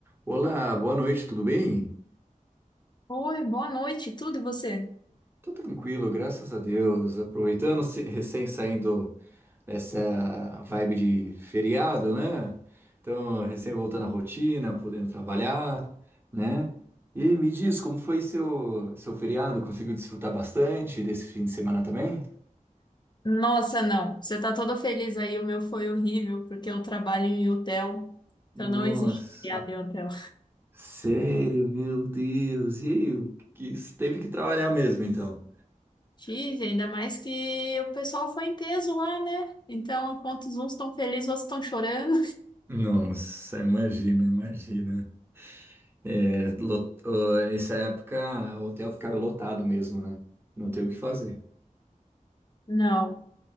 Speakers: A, on the right; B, on the left.
A: Olá, boa noite, tudo bem?
B: Oi, boa noite, tudo e você?
A: Tô tranquilo, graças a Deus. Aproveitando, se- recém saindo dessa vibe de feriado, né? Então, recém voltando à rotina, podendo trabalhar, né? E aí, me diz, como foi seu, seu feriado? Conseguiu desfrutar bastante desse fim de semana também?
B: Nossa, não, você tá todo feliz aí, o meu foi horrível, porque eu trabalho em hotel, então
A: Nossa,
B: não existe feriado em hotel.
A: sério, meu Deus. E aí, o que, teve que trabalhar mesmo, então?
B: Tive, ainda mais que o pessoal foi em peso lá, né? Então, enquanto os uns estão felizes, outros estão chorando.
A: Nossa, imagina, imagina. É, lot- ó, nessa época, o hotel ficava lotado mesmo, né? Não tem o que fazer.
B: Não,